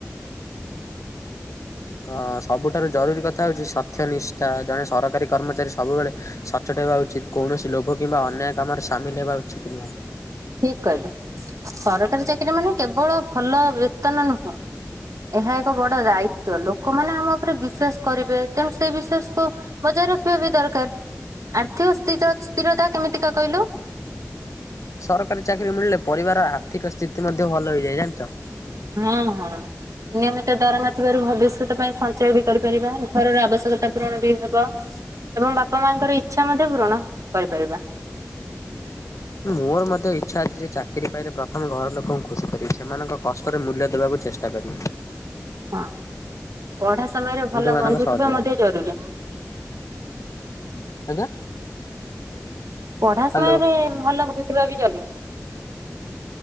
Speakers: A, on the left; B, on the right.
A: ଅ ସବୁଠାରୁ ଜରୁରୀ କଥା ହଉଚି ସତ୍ୟ ନିଷ୍ଠା ଜଣେ ସରକାରୀ କର୍ମଚାରୀ ସବୁବେଳେ ସଚୋଟ ହେବା ଉଚିତ କୌଣସି ଲୋଭ କିମ୍ବା ଅନ୍ୟାୟ କାମରେ ସାମିଲ ହେବା ଉଚିତ ନୁହଁ।
B: ଠିକ କହିଲେ ସରକାରୀ ଚାକିରୀ ମାନେ କେବଳ ଭଲ ବ୍ରେତନ ନୁହେଁ। ଏହା ଏକ ବଡ ଦାୟିତ୍ୟ ଲୋକମାନେ ଆମ ଉପରେ ବିଶ୍ଵାସ କରିବେ ତେଣୁ ସେ ବିଶ୍ୱାସ କୁ ବଜାର ରଖିବା ବି ଦରକାର ଆର୍ଥିକ ସ୍ଥି ସ୍ଥିରତା କେମିତିକା କହିଲୁ?
A: ସରକାରୀ ଚାକିରି ମିଳିଲେ ପରିବାର ଆର୍ଥିକ ସ୍ଥିତି ମଧ୍ୟ ଭଲ ହେଇଯାଏ ଜାଣିଚ।
B: ହଁ ହଁ ନିୟମିତ ଦରମା ଥିବାରୁ ଭବିଷ୍ୟତ ପାଇଁ ସଞ୍ଚ ସଞ୍ଚୟ ବି କରିପାରିବାଉ ଘରର ଆବଶ୍ୟକତା ପୂରଣ ବି ହବ ଏବଂ ବାପା ମାଙ୍କର ଇଚ୍ଛା ମଧ୍ୟ ପୂୁରଣ କରିପାରିବା।
A: ମୋର ମଧ୍ୟ ଇଚ୍ଛା ଅଛି ଯେ ଚାକିରୀ ପାଇଲେ ପ୍ରଥମେ ଘର ଲୋକଙ୍କୁ ଖୁସି କରିବି ସେମାନଙ୍କ କଷ୍ଟରେ ମୂଲ୍ୟ ଦେବାକୁ ଚେଷ୍ଟା ଷ୍ଟା କରିିବି।
B: ହଁ ପଢା ସମୟରେ ଭଲ
A: ମାନଙ୍କ
B: ବନ୍ଧୁ
A: ସହଯୋଗ
B: ଥିବା ମଧ୍ୟ ଜରୁରୀ।
A: ଆଜ୍ଞା।
B: ପଢା
A: ହ୍ୟାଲୋ
B: ସମୟରେ ଭଲ ବନ୍ଧୁ ଥିବା ବି ଜରୁରୀ।